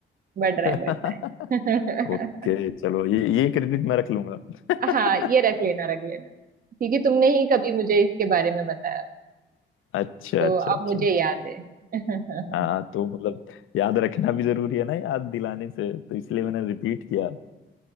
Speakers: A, on the right; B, on the left.
A: बढ़ रहा
B: <laughs>
A: है बढ़ रहा है
B: ओके चलो ये ये क्रेडिट मैं रख लूंगा <laughs>
A: <laughs> हाँ ये रख लेना रख लेना क्योंकि तुमने ही कभी मुझे इसके बारे में बताया
B: अच्छा
A: तो
B: अच्छा
A: अब
B: अच्छा
A: मुझे
B: अच्छा
A: याद है <laughs>
B: हाँ तो मतलब याद रखना भी जरूरी है ना याद दिलाने से तो इसलिए मैंने रिपीट किया